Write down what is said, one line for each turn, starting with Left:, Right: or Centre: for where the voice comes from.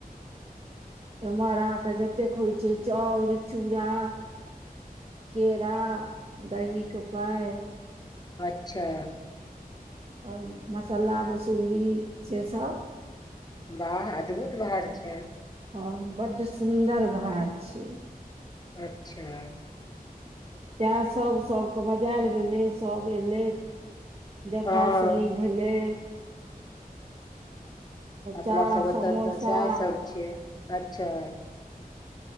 Right: ऐमहर अहाँके जतेक होइ छै चाउर चूरा। केरा दही के पा‌इ।
Left: अच्छा।
Right: आ मसाला मसुली से सब।
Left: बाह अद्भुत भाड़ छै।
Right: ह बड सुन्दर भाड़ छै।
Left: अच्छा।
Right: तें सब सब। बजेल गेलै, सब एलै, देखा
Left: हँ
Right: सुनी भेलै।
Left: अपना
Right: चाह
Left: सब
Right: समोसा
Left: ओत त सेह सब छै अच्छा।